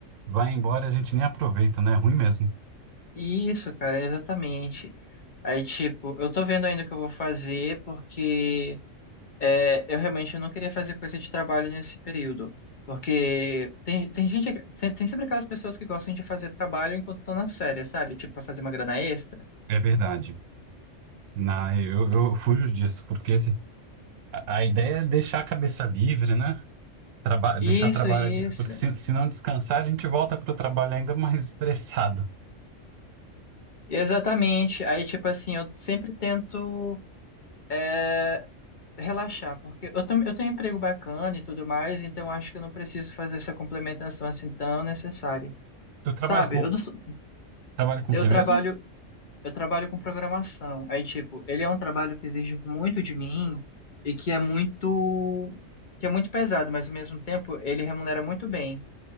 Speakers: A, on the right; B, on the left.
A: vai embora, e a gente nem aproveita, né? É ruim mesmo.
B: Isso, cara, é exatamente. Aí, tipo, eu tô vendo ainda o que eu vou fazer, porque É, eu realmente não queria fazer coisa de trabalho nesse período, porque tem, tem gente, tem, tem sempre aquelas pessoas que gostam de fazer trabalho enquanto estão na férias, sabe? Tipo, pra fazer uma grana extra.
A: É verdade. Na, eu, eu fujo disso, porque se- a, a ideia é deixar a cabeça livre, né? Traba-
B: Isso,
A: deixar trabalho
B: isso.
A: adi- porque se, se não descansar, a gente volta para o trabalho ainda mais estressado.
B: Exatamente. Aí, tipo assim, eu sempre tento, é, relaxar, porque eu, tam- eu tenho um emprego bacana e tudo mais, então eu acho que eu não preciso fazer essa complementação assim tão necessária.
A: Tu trabalha
B: Sabe,
A: com
B: eu, não sou-
A: trabalha com
B: eu
A: o que
B: trabalho,
A: mesmo?
B: eu trabalho com programação. Aí, tipo, ele é um trabalho que exige muito de mim e que é muito, que é muito pesado, mas ao mesmo tempo ele remunera muito bem.